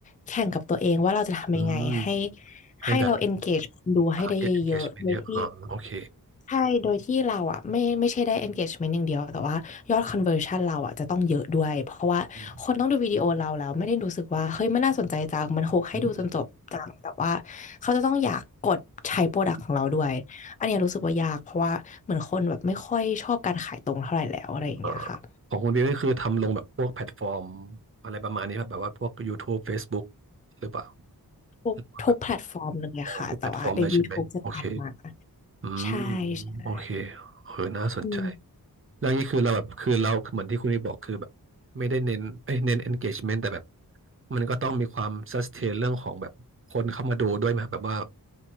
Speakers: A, on the left; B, on the right.
A: แข่งกับตัวเองว่าเราจะทำยังไงให้
B: อืมให้แบบ
A: ให้เรา engage คนดูให้ได้เยอะๆโดยที่
B: อ่า get engagement เยอะอ๋อโอเค
A: ใช่โดยที่เราอะไม่ไม่ใช่ได้ engagement อย่างเดียว แต่ว่ายอด conversion เราอะจะต้องเยอะด้วย เพราะว่าคนต้องดูวิดีโอเราแล้วไม่ได้รู้สึกว่าเฮ้ยมันน่าสนใจจังมันโฮกให้ดูจนจบจังแต่ว่า
B: อืมอืม
A: เขาจะต้องอยากกดใช้โปรดักต์ของเราด้วยอันเนี้ยรู้สึกว่ายากเพราะว่าเหมือนคนแบบไม่ค่อยชอบการขายตรงเท่าไหร่แล้วอะไรอย่างเงี้ยค่ะ
B: อืมเอ่อของคุณเบลนี่คือทำลงแบบพวกแพลตฟอร์มอะไรประมาณนี้ครับแบบว่าพวก YouTube Facebook หรือเปล่า
A: ทุกทุกแพลตฟอร์มเลยอะค่ะแต่ว่าใน
B: ว่าแบบออทุกแพลตฟอร์มเลยใช่ไหมโอเค
A: YouTube จะตัดมา
B: อืม
A: ใช่ใช่
B: โอเคเออน่าสนใจ
A: อืม
B: แล้วนี่คือเราแบบคือเราเหมือนที่คุณพี่บอกคือแบบไม่ได้เน้นเอ้ยเน้น engagement แต่แบบมันก็ต้องมีความ sustain เรื่องของแบบคนเข้ามาดูด้วยไหมครับแบบว่า